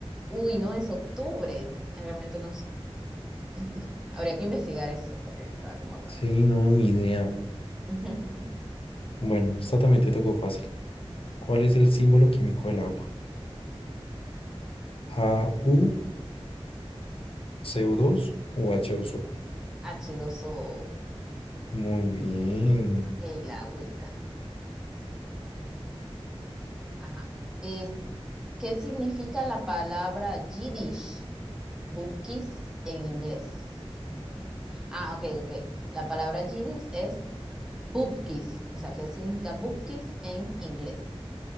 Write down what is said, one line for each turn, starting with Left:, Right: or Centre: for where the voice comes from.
Centre: Uy, no es octubre. Realmente no sé. <laughs> Habría que investigar eso porque está como raro.
Left: Sí, no, ni idea.
Centre: <laughs>
Left: Bueno, esta también te tocó fácil. ¿Cuál es el símbolo químico del agua? A U o dos C O dos o h 2 o
Centre: H2O,
Left: Muy bien.
Centre: el agüita. Ajá. Es- ¿qué significa la palabra Yiddish? Bubkis en inglés. Ay, Dios mío. Ah, ok, ok. La palabra Yiddish es bubkis. O sea, ¿qué significa bubkis en inglés?